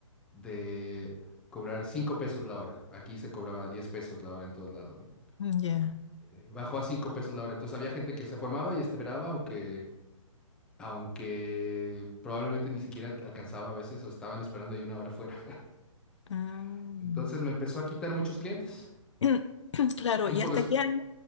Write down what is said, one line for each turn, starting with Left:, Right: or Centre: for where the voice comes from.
Centre: de cobrar 5 pesos la hora. Aquí se cobraba 10 pesos la hora en todos lados, ¿no?
Left: ya.
Centre: Eh, bajó a 5 pesos la hora. Entonces, había gente que se formaba y esperaba, aunque, aunque probablemente ni siquiera alcanzaba a veces o estaban esperando ahí una hora fuera.
Left: mm.
Centre: <laughs> Entonces, me empezó a quitar muchos clientes.
Left: <clears throat> Claro,
Centre: Tiempo
Left: ¿y hasta qué año?